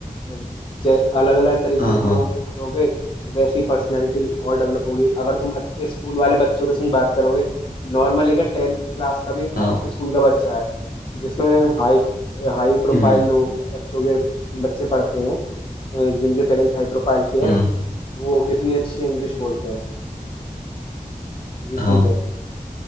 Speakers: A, on the left (about 35°); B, on the left (about 80°).
A: तो अलग अलग तरीके
B: हाँ
A: के
B: हाँ हाँ,
A: लोगों के संग रहोगे वैसी पर्सनैलिटी और डेवलप होगी अगर तुम अच्छे स्कूल वाले बच्चों के संग बात करोगे नॉर्मली अगर टेंथ क्लास का भी एक
B: हाँ,
A: अच्छे स्कूल का बच्चा है जिसमें हाई हाई प्रोफाइल
B: हम्म,
A: लोग बच्चों के बच्चे पढ़ते हैं अ, जिनके पेरेंट्स हाई प्रोफाइल के
B: हम्म,
A: हैं वो कितनी अच्छी इंग्लिश बोलते हैं ये
B: हाँ
A: चीज है